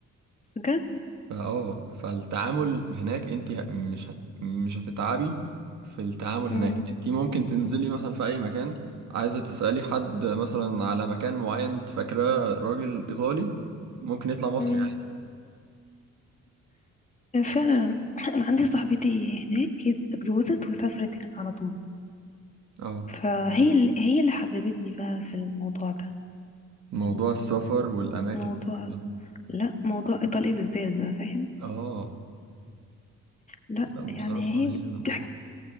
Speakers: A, on the left (about 25°); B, on the right (about 70°).
A: بجد
B: فاه فالتعامل هناك انت ه- مش هت... مش هتتعبي في التعامل هناك
A: امم
B: انت ممكن تنزلي مثلا في اي مكان عايزه تسالي حد مثلا على مكان معين انت فاكراه راجل ايطالي ممكن يطلع مصري
A: امم
B: عادي
A: فعلا <clears throat> انا عندي صاحبتي هناك اتجوزت وسافرت هناك على طول
B: اه
A: فهي ال- هي اللي حببتني بقى في الموضوع ده
B: موضوع السفر والاماكن
A: موضوع
B: دي كلها
A: لا موضوع إيطاليا بالذات بقى فاهم
B: اه
A: لا
B: لا
A: يعني
B: بصراحه هي
A: هي بتحكي